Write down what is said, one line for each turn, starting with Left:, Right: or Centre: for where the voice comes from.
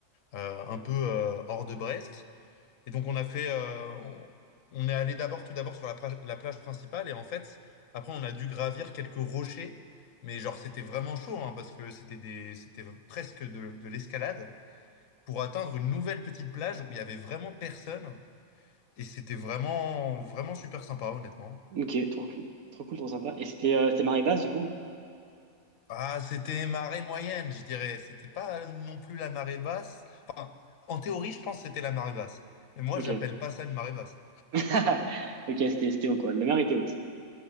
Left: euh, un peu euh, hors de Brest. Et donc on a fait, euh, on, on est allé d'abord, tout d'abord sur la, plage- la plage principale et en fait, après on a dû gravir quelques rochers, mais genre c'était vraiment chaud hein, parce que c'était des, c'était presque de, de l'escalade pour atteindre une nouvelle petite plage où il y avait vraiment personne et c'était vraiment, vraiment super sympa honnêtement.
Right: Ok, trop cool. Trop cool, trop sympa. Et c'était euh, c'était marée basse, du coup?
Left: Ah, c'était marée moyenne, je dirais. C'était pas non plus la marée basse. Enfin, en théorie, je pense que c'était la marée basse. Mais moi,
Right: Ok.
Left: j'appelle pas ça une marée basse.
Right: <laughs> Ok, c'était c'était haut, quoi. La mer était haute.